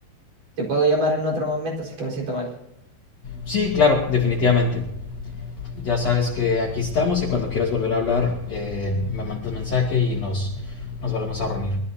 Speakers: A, on the right; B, on the left.
A: te puedo llamar en otro momento si es que me siento mal.
B: Sí, claro, definitivamente. Ya sabes que aquí estamos y cuando quieras volver a hablar eh, me mandas mensaje y nos, nos volvemos a reunir.